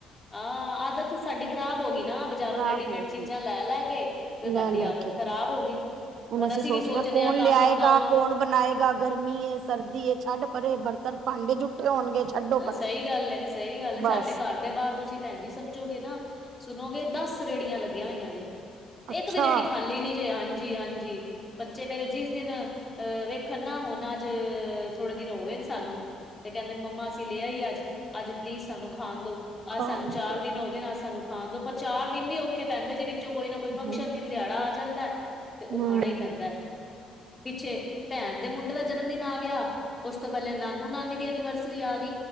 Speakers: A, on the left; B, on the right.
A: ਹਾਂ ਆਦਤ ਤੇ ਸਾਡੀ ਖ਼ਰਾਬ ਹੋ ਗਈ ਨਾ ਬਜ਼ਾਰੋਂ
B: ਖ਼ਰਾਬ
A: ਰੇਡੀਮੇਡ
B: ਹੋ
A: ਚੀਜ਼ਾਂ
B: ਗਏ
A: ਲੈ ਲੈ ਕੇ। ਤੇ ਸਾਡੀ
B: ਲੈ ਲੈ
A: ਆਦਤ
B: ਕੇ
A: ਖ਼ਰਾਬ ਹੋ ਗਈ
B: ਹੁਣ
A: ਹੁਨ ਅਸੀਂ
B: ਸੋਚਣਾ
A: ਵੀ ਸੋਚਨੇ
B: ਕੌਣ
A: ਆ ਕੰਮ
B: ਲਿਆਏਗਾ
A: ਮੁਕਾਓ
B: ਕੌਣ ਬਣਾਏਗਾ ਗਰਮੀ ਏ ਸਰਦੀ ਏ ਛੱਡ ਪਰੇ ਬਰਤਨ ਭਾਂਡੇ ਜੂਠੇ ਹੋਣਗੇ। ਛੱਡੋ
A: ਏ
B: ਪਰੇ
A: ਸਹੀ ਗੱਲ ਏ ਸਹੀ ਗੱਲ ਏ ਸਾਡੇ
B: ਬਸ
A: ਘਰ ਬਾਹਰ ਤੁਸੀਂ ਭੈਨ ਜੀ ਸਮਝੋਗੇ ਨਾ ਸੁਨੋਗੇ ਦਸ ਰੇੜੀਆਂ ਲੱਗੀਆਂ ਹੋਈਆਂ ਜੇ।
B: ਅੱਛਾ
A: ਏਕ ਵੀ ਰੇਹੜੀ ਖਾਲੀ ਨੀ ਜੇ ਹਾਂਜੀ ਹਾਂਜੀ ਬੱਚੇ ਮੇਰੇ। ਜਿਸ ਦਿਨ ਅਹ ਵੇਖਣ ਨਾ ਹੁਨ ਅੱਜ ਥੋੜੇ ਦਿਨ ਹੋ ਗਏ ਨੇ ਸਾਨੂੰ। ਤੇ ਕਹਿੰਦੇ ਨ ਮੰਮਾ ਅਸ ਲੇ ਆਈ ਅੱਜ ਅੱਜ ਪਲੀਜ਼ ਸਾਨੂੰ ਖਾਨ ਦੋ
B: ਖਾਣ
A: ਅੱਜ ਸਾਨੂੰ ਚਾਰ
B: ਚ
A: ਦਿਨ ਹੋ ਗਏ ਅੱਜ ਸਾਨੂੰ ਖਾਨ ਦੋ ਪ। ਚਾਰ ਦਿਨ ਵੀ ਔਖੇ ਪੈਂਦੇ ਜੇ ਵਿੱਚੋਂ ਕੋਈ ਨਾ ਕੋਈ ਫੰਕਸ਼ਨ
B: ਹੂੰ
A: ਦਿਨ ਦਿਹਾੜਾ ਆ ਜਾਂਦਾ। ਤੇ ਉਹ
B: ਹੂੰ
A: ਖਾਣਾ ਈ ਪੈਂਦਾ। ਪਿੱਛੇ ਭੈਨ ਦੇ ਮੁੰਡੇ ਦਾ ਜਨਮ ਦਿਨ ਆ ਗਿਆ ਉਸ ਤੋਂ ਪਹਿਲੇ ਨਾਨੂ ਨਾਨੀ ਦੀ ਐਨੀਵਰਸਰੀ ਆ ਗ।